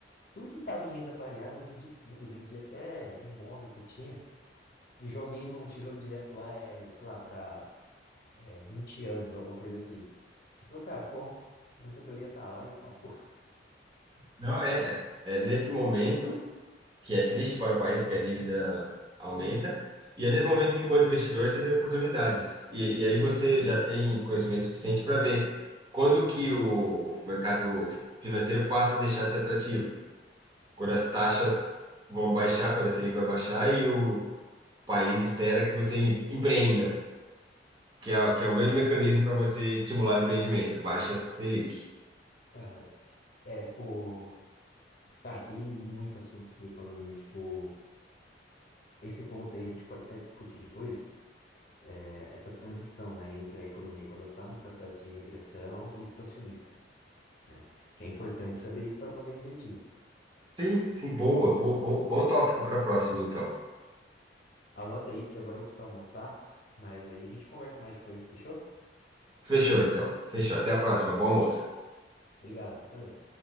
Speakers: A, on the left; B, on the right.
A: tudo que tava em renda variável, eu vendi tudo, eu vendi até imóvel que eu tinha e joguei num tesouro direto lá, eh, sei lá, pra eh, 20 anos, alguma coisa assim. Ele falou, cara, pronto, a aposentadoria tá lá e acabou. <laughs>
B: Não, é, é nesse momento, que é triste para o país, porque a dívida aumenta, e é nesse momento que, enquanto investidor, você vê oportunidades. E, e aí você já tem conhecimento suficiente para ver quando que o mercado financeiro passa a deixar de ser atrativo, quando as taxas vão baixar, quando a Selic vai baixar e o país espera que você em- empreenda. que é, que é o grande
A: É,
B: mecanismo para você estimular o empreendimento, baixa Selic.
A: aham. é, o... Cara, tem muito assunto de economia, tipo, esse ponto aí a gente pode até discutir depois, eh, essa transição, né, entre a economia quando ela está no processo de regressão e expansionista, né? Que é importante saber isso para poder investir.
B: Sim, sim, boa, bo, bo- bom tópico para a próxima, então.
A: Anota aí que agora eu vou precisar almoçar, mas aí a gente conversa mais depois, fechou?
B: Fechou, então. Fechou. Até a próxima. Bom almoço.
A: Obrigado, você também.